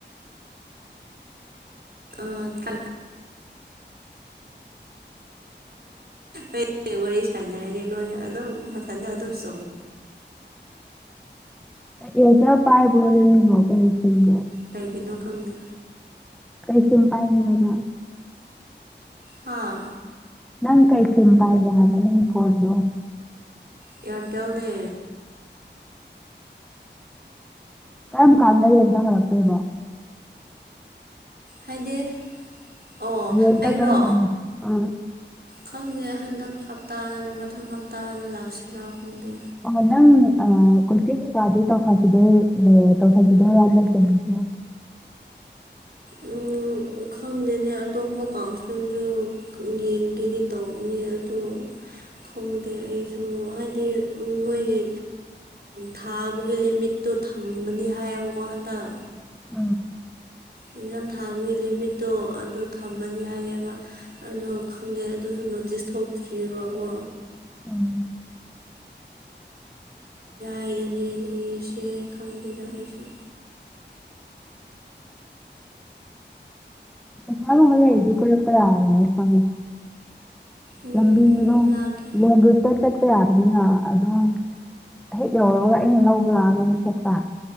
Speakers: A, on the right (about 55°); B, in the centre.
A: <inaudible> ꯑꯩꯗꯤ ꯋꯥꯔꯤ ꯁꯥꯟꯅꯔꯤꯗꯤ ꯂꯣꯏꯅ ꯑꯗꯨꯝ ꯃꯊꯟꯇ ꯑꯗꯨꯝ <inaudible>
B: <inaudible>
A: ꯀꯒꯤꯅꯣ ꯈꯪꯗꯦ
B: ꯀꯩꯁꯝ ꯄꯥꯏꯅꯤ ꯍꯥꯏꯅ
A: ꯍꯥꯥ
B: ꯅꯪ ꯀꯩ ꯁꯤꯄ ꯍꯥꯏꯦ ꯍꯥꯏꯕ ꯌꯦꯔꯣ
A: ꯑꯦꯌꯥꯔꯇꯦꯜꯅꯦ
B: ꯀꯔꯝ ꯀꯥꯟꯗꯔꯤꯠꯇ ꯍꯔꯛꯇꯕꯣ
A: ꯍꯥꯏꯗꯤ ꯑꯣ
B: ꯦꯟꯇ
A: ꯑꯩꯔꯣ
B: ꯀꯅ ꯀ ꯑ
A: ꯈꯪꯗꯦ ꯍꯟꯗꯛ ꯍꯞꯇꯥꯗꯅ ꯃꯊꯪ ꯍꯞꯇꯥꯗ ꯂꯥꯛꯁꯤꯔꯥ ꯈꯪꯗꯦ
B: ꯑ ꯅꯪ ꯀꯣꯏꯆ ꯀꯩꯀꯥꯗꯨ ꯇꯧꯊꯈꯤꯗꯣ ꯂꯩ ꯇꯧꯊꯈꯤꯗꯣ ꯍꯔ ꯂꯧꯖꯉ ꯎ <unintelligible>
A: ꯎꯝ ꯈꯪꯗꯦꯅꯦ ꯑꯇꯣꯞꯄ ꯀꯥꯎꯟꯁꯤꯂꯤꯡꯁꯨ ꯌꯦꯡꯒꯦꯗꯤ ꯇꯧꯕꯅꯦ ꯑꯗꯨ ꯈꯪꯗꯦ ꯑꯩꯁꯨ ꯍꯥꯏꯗꯤ ꯃꯣꯏꯒꯤ ꯊꯥꯕꯒꯤ ꯂꯤꯃꯤꯠꯇꯣ ꯣ ꯊꯝꯃꯅꯤ ꯍꯥꯏꯌꯦꯕꯀꯣ ꯍꯟꯗꯛ
B: <inaudible>
A: ꯑꯦꯛꯖꯥꯝ ꯊꯥꯕꯒꯤ ꯂꯤꯃꯤꯠꯇꯣ ꯑꯗꯨ ꯊꯝꯃꯅꯤ ꯍꯥꯏꯌꯦꯕ ꯑꯗꯣ ꯈꯪꯗꯦ ꯑꯗꯨꯁꯨ ꯅꯣꯇꯤꯁ ꯊꯣꯛꯇ꯭ꯑꯔꯤꯕꯀꯣ
B: ꯎꯝ <inaudible>
A: ꯀꯗꯅꯦ ꯂꯩꯔꯤꯁꯦ ꯈꯪꯗꯦꯗ ꯑꯩꯁꯨ
B: ꯆꯥꯒ ꯃꯂ ꯏꯗꯨ ꯀꯂꯄꯗꯔ ꯐ
A: ꯎꯝ
B: ꯂꯕꯤ ꯌ
A: ꯂꯥꯛꯀꯦ
B: ꯂ ꯎ ꯇꯔ ꯇꯛꯄꯦ ꯑꯗꯨꯅ ꯑꯗꯨꯝ ꯍꯦꯛ ꯌꯧꯔꯒ ꯑꯩꯅ ꯂꯧꯕ ꯂꯥꯛꯑꯒ ꯑꯗꯨꯝ ꯆꯠꯄ